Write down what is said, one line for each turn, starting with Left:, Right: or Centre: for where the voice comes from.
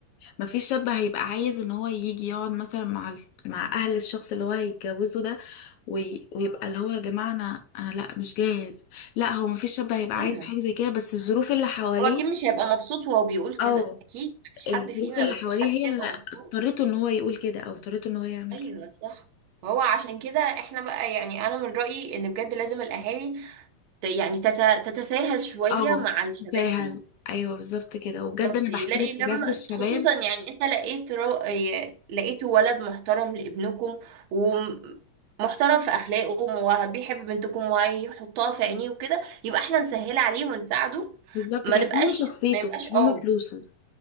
Left: مفيش شاب هيبقى عايز ان هو يجي يقعد مثلا مع ال- مع اهل الشخص اللي هو هيتجوزه ده وي... ويبقى اللي هو يا جماعه انا انا لا مش جاهز لا هو مفيش شاب هيبقى
Right: ايوه
Left: عايز حاجه زي كده بس الظروف اللي حواليه
Right: هو اكيد مش هيبقى مبسوط وهو بيقول كده
Left: اه
Right: اكيد مفيش حد
Left: الظروف
Right: فينا
Left: اللي
Right: مفيش
Left: حواليه
Right: حد فينا
Left: هي اللي
Right: يبقى مبسوط
Left: اضطرته ان هو يقول كده او اضطرته ان هو يعمل
Right: ايوه
Left: كده
Right: صح هو عشان كده احنا بقى يعني انا من رأيي ان بجد لازم الاهالي ت- يعني تت- تتساهل شوية
Left: اه
Right: مع الشباب
Left: سهل
Right: دي
Left: ايوه بالظبط كده وبجد
Right: بالظبط
Left: انا
Right: يلاقي
Left: بحترم
Right: لما
Left: بجد الشباب
Right: خصوصا يعني انت لقيت را... ي- لقيتوا ولد محترم لابنكم ومحترم في اخلاقه وبيحب بنتكم وهيحطها في عينيه وكده يبقى احنا نسهل عليه ونساعده
Left: بالظبط
Right: ما
Left: كده
Right: نبقاش
Left: هم شخصيته
Right: ما يبقاش
Left: مش هم
Right: اه
Left: فلوسه